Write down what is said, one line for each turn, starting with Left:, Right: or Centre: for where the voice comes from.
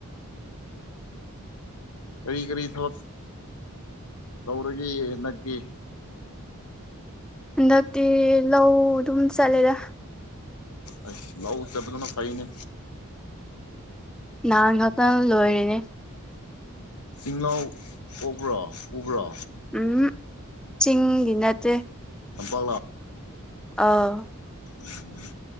Left: ꯀꯔꯤ ꯀꯔꯤ ꯊꯕꯛ ꯇꯧꯔꯒꯦ ꯍꯟꯗꯛꯀꯤ
Centre: ꯍꯟꯗꯛꯇꯤ ꯂꯧ ꯑꯗꯨꯝ ꯆꯂꯂ
Left: ꯑ ꯂꯎ ꯆꯕ ꯂꯅ ꯄꯥꯏꯅꯦ
Centre: ꯅꯅꯥ ꯏꯍꯇ ꯂꯣꯏꯔꯤꯅꯦ
Left: ꯏꯅꯥꯎ ꯎꯕ꯭ꯔꯣ ꯎꯕ꯭ꯔꯣ
Centre: ꯎꯝ ꯆꯤꯡꯗꯤ ꯅꯠꯇꯦ
Left: ꯕꯥ
Centre: ꯑꯥ
Left: ꯎꯝ